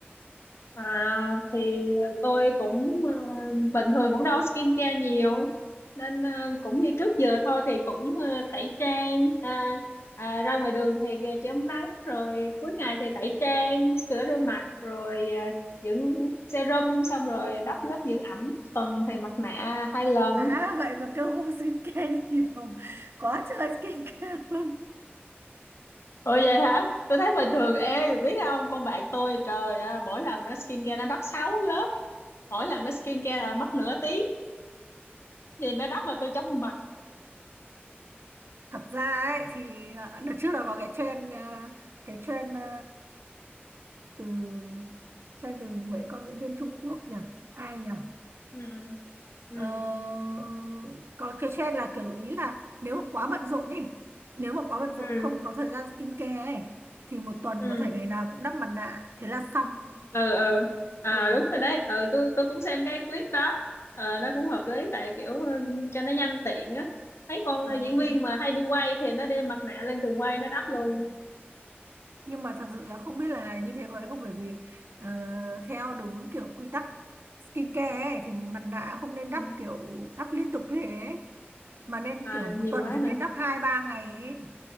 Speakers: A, on the left; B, on the right.
A: À, thì tôi cũng ờ, bình thường cũng đâu skincare nhiều nên ờ, cũng như trước giờ thôi thì cũng ờ, tẩy trang à, à, ra ngoài đường thì ờ, chống nắng rồi cuối ngày thì tẩy trang sữa rửa mặt rồi ờ, dưỡng serum xong rồi đắp lớp dưỡng ẩm tuần thì mặt nạ hai lần
B: má <laughs> vậy mà kêu không skincare nhiều <laughs> quá trời skincare luôn
A: ủa vậy hả tôi thấy bình thường ê biết không con bạn tôi trời ơi mỗi lần nó skincare nó đắp sáu lớp mỗi lần nó skincare là mất nửa tiếng vì nó đắp mà tôi chóng mặt
B: thật ra ấy thì ờ, đợt trước là có cái trend ờ, cái trend ờ, từ trend từ mấy con diễn viên Trung Quốc nhỉ ai nhỉ
A: ừ. ừ
B: Ờ, ừ, có stress là kiểu ý là nếu mà quá bận rộn ấy nếu mà quá bận rộn
A: ừ
B: không có thời gian skincare ấy thì một tuần
A: ừ
B: có thể ngày nào cũng đắp mặt nạ thế là xong
A: ừ ừ à,
B: ừ,
A: đúng rồi đấy ừ tôi tôi cũng xem cái clip đó ờ, nó cũng hợp lý tại kiểu ừ, cho nó nhanh tiện á mấy con
B: ừ.
A: diễn viên mà hay đi quay thì nó đem mặt nạ lên trường quay nó đắp luôn
B: nhưng mà thật sự là không biết là như thế có hay không bởi vì ờ, theo đúng kiểu quy tắc skincare ấy, thì mặt nạ không nên
A: ừ.
B: đắp kiểu đắp liên tục như thế ấy. mà nên
A: à,
B: kiểu một
A: nhiều
B: tuần
A: quá
B: chỉ nên
A: hả
B: đắp hai ba ngày ấy